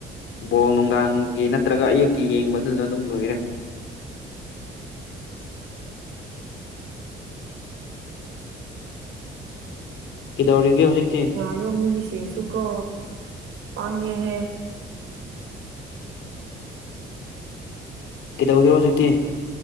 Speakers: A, on the left; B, on the right.
A: ꯕꯣꯜ ꯅꯨꯡꯗꯥꯡꯒꯤ ꯅꯠꯇ꯭ꯔꯒ ꯑꯌꯨꯛꯀꯤ ꯌꯦꯡꯕꯗꯨꯗ ꯑꯗꯨꯝ ꯂꯣꯏꯔꯦ ꯀꯩꯗꯧꯔꯤꯒꯦ ꯍꯧꯖꯤꯛꯇꯤ
B: ꯃꯌꯨꯝ ꯃꯤꯁꯤꯡꯁꯨ ꯀꯣ ꯄꯥꯡꯉꯦꯍꯦ
A: ꯀꯩꯗꯧꯒꯦꯔꯣ ꯍꯧꯖꯤꯛꯇꯤ